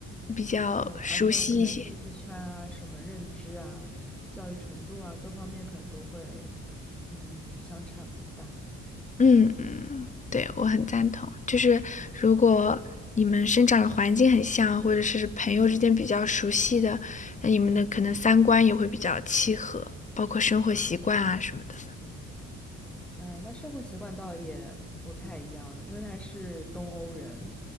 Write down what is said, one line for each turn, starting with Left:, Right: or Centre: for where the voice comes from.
Left: 比较熟悉一些。
Centre: 对，而且可能兴趣圈啊、什么认知啊、教育程度啊各方面可能都会，嗯，相差不大。
Left: 嗯嗯，对，我很赞同。就是如果你们生长的环境很像，或者是朋友之间比较熟悉的，那你们的可能三观也会比较契合，包括生活习惯啊什么的。
Centre: 哎，那生活习惯倒也不太一样，因为他是东欧人，